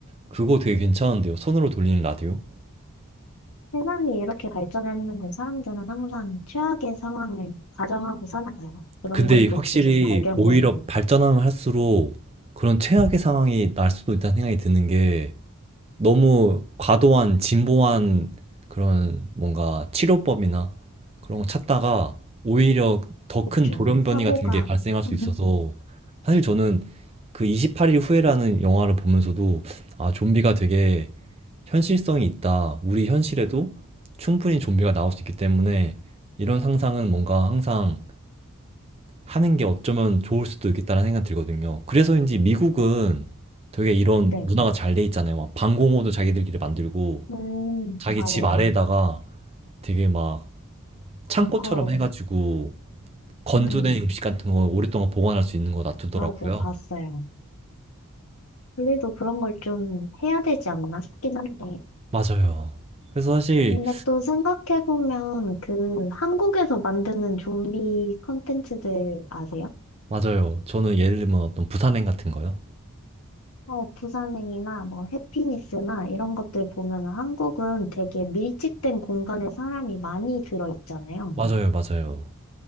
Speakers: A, on the right (about 25°); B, on the left (about 75°).
A: 그거 되게 괜찮은데요. 손으로 돌리는 라디오?
B: 세상이 이렇게 발전했는데 사람들은 항상 최악의 상황을 가정하고 살아가요. 그런
A: 근데
B: 것들이
A: 음. 확실히
B: 계속 발견되는
A: 오히려
B: 거죠.
A: 발전하면 할수록 그런 최악의 상황이 날 수도 있다는 생각이 드는 게 너무 과도한 진보한 그런 뭔가 치료법이나 그런 거 찾다가 오히려 더
B: 그렇죠
A: 큰 돌연변이
B: 사고가,
A: 같은 게 발생할 수
B: <laughs>
A: 있어서 사실 저는 그 28일 후에라는 영화를 보면서도 아, 좀비가 되게 현실성이 있다. 우리 현실에도 충분히 좀비가 나올 수 있기 때문에 이런 상상은 뭔가 항상 하는 게 어쩌면 좋을 수도 있겠다는 생각이 들거든요. 그래서인지 미국은 되게 이런
B: 네.
A: 문화가 잘 돼 있잖아요. 막 방공호도 자기들끼리 만들고
B: 음,
A: 자기
B: 맞아요.
A: 집 아래에다가 되게 막 창고처럼
B: 벙커,
A: 해가지고 건조된
B: 음,
A: 음식 같은 거 오랫동안 보관할 수 있는 거 놔두더라고요.
B: 맞아요. 봤어요. 우리도 그런 걸 좀 해야 되지 않나 싶긴 한데.
A: 맞아요. 그래서 사실
B: 근데 또 생각해보면 그 한국에서 만드는 좀비 콘텐츠들 아세요?
A: 맞아요. 저는 예를 들면 어떤 부산행 같은 거요.
B: 어, 부산행이나 뭐 해피니스나 이런 것들 보면 한국은 되게 밀집된 공간에 사람이 많이 들어있잖아요.
A: 맞아요, 맞아요.